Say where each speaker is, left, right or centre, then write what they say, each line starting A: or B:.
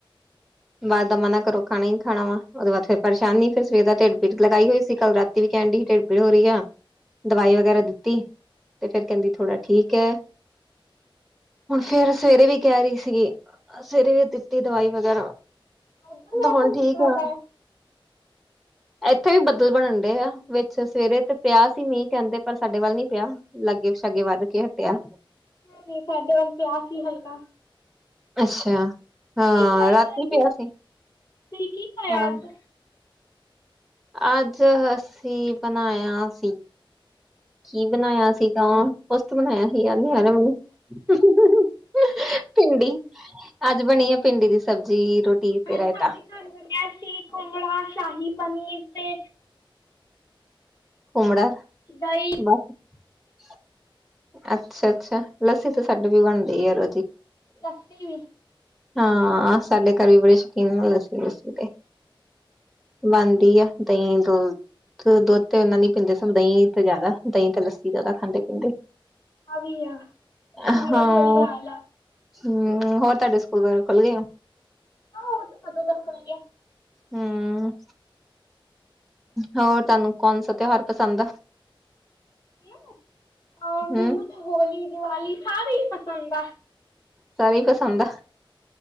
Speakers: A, in the centre; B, on the left.
A: ਬਾਦ ਦਾ ਮ ਨਾ ਕਰੋ ਖਾਣਾ ਹੀ ਖਾਣਾ ਵਾ ਉਹਦੇ ਬਾਅਦ ਫੇਰ ਪਰੇਸ਼ਾਨੀ ਫੇਿਰ ਸਵੇਰ ਦਾ ਢਿਡ- ਫਿਟਕ ਲਗਾਈ ਹੋਈ ਸੀ, ਕੱਲ ਰਾਤੀ ਵੀ ਕਹਿਣ ਡਈ ਸੀ ਢਿੱਡ ਪੀੜ ਹੋ ਰਹੀ ਆ, ਦਵਾਈ ਵਗੈਰਾ ਦਿੱਤੀ। ਤੇ ਫਿਰ ਕਹਿੰਦੀ ਥੋੜਾ ਠੀਕ ਏ। ਫੇਰ ਸਵੇਰੇ ਵੀ ਕਹ ਰੀ ਸੀਗੀ, ਸਵੇਰੇ ਵੀ ਦਿੱਤੀ ਦਵਾਈ ਵ ਗੈਰਾ
B: ਉਧਰ
A: ਤੇ
B: ਮੌਸਮ
A: ਹੁਣ ਠੀਕ
B: ਕਿਸ ਤਰ੍ਹਾਂ ਦਾ
A: ਆ।
B: ਹੈ?
A: ਏਥੇ ਵੀ ਬੱਦਲ ਬਣਨ ਡੇ ਆ, ਵਿੱਚ ਸਵੇਰੇ ਤੇ ਪਿਆ ਸੀ ਮੀਂਹ ਕੈਂਹਦੇ, ਪਰ ਸਾਡੇ ਵੱਲ ਨੀ ਪਯਾ। ਲੱਗੇ ਸਾਗੇ ਵੱਧ ਕੇ ਹਟਿਆ।
B: ਨਈ-ਨਈ ਸਾਡੇ ਵੱਲ ਪਯਾ ਸੀ ਹਲਕਾ।
A: ਅੱਛਾ, ਹਾਂ
B: ਕੀ ਖਾਇਆ
A: ਰਾਤੀ
B: ਅੱਜ
A: ਪਯਾ ਸੀ
B: ਤੁਸੀਂ ਕੀ ਖਾਇਆ
A: ਹਾਂ।
B: ਅੱਜ?
A: ਅੱਜ ਅਸੀਂ ਬਣਾਇਆ ਸੀ, ਕੀ ਬਣਾਇਆ ਸੀਗਾ। ਕੁੱਛ ਤੇ ਬਣਾਇਆ ਸੀ ਯਾਦ ਨੀ ਆ ਰੇਯਾ ਮੈਨੂੰ ਭਿੰਡੀ। ਅੱਜ ਬਣੀ ਆ ਭਿੰਡੀ ਦੀ ਸਬਜ਼ੀ, ਰੋਟੀ ਤੇ
B: ਅੱਜ
A: ਰਾਇਤਾ।
B: ਸਾਡੇ ਘਰ ਬਣਿਆ ਸੀ ਘੁੰਮਲਾ ਸ਼ਾਹੀ ਪਨੀਰ ਤੇ
A: ਘੁੰਮੜਾ
B: ਦਹੀ
A: ਬਸ ਅੱਛਾ-ਅੱਛਾ ਲੱਸੀ ਤਾਂ ਸਾਡੇ ਵੀ ਬਣਦੀ ਆ ਰੋਜ਼ੀ।
B: ਲੱਸੀ ਵੀ
A: ਹਾਂ ਸਾਡੇ ਘਰ ਵੀ ਬੜੇ ਸ਼ੌਕੀਨ ਨਾਲ ਲੱਸੀ <unintelligible> ਬਣਦੀ ਆ ਦਈ ਦੋ ਦੁੱਧ ਤੇ ਓਨਾਂ ਦੀ ਪੀਂਦੇ ਸਨ ਦਈ ਤੇ ਜਾਦਾ ਦਈ ਤੇ ਲੱਸੀ ਜਾਦਾ ਖਾਂਦੇ ਪੀਂਦੇ।
B: ਆ ਵੀ ਆ
A: ਹਾਂ।
B: ਮੇਰਾ ਵੀ ਉਹੀ ਹਾਲ ਆ।
A: ਹੂੰ ਹੋਰ ਤੁਹਾਡੇ ਸਕੂਲ ਵਗੈਰਾ ਖੁੱਲ ਗਏ ਆ।
B: ਓ ਤਾਂ ਕਦੋਂ ਦਾ ਖੁਲ ਗਿਆ।
A: ਹੂੰ। ਹੋਰ ਤੁਹਾਨੂੰ ਕੌਣ ਸਾ ਤਿਉਹਾਰ ਪਸੰਦ ਆ?
B: ਅ ਮੈਨੂੰ
A: ਹਮ
B: ਤੇ ਹੋਲੀ, ਦੀਵਾਲੀ ਸਾਰੇ ਈ ਪਸੰਦ ਆ।
A: ਸਾਰੇ ਈ ਪਸੰਦ ਆ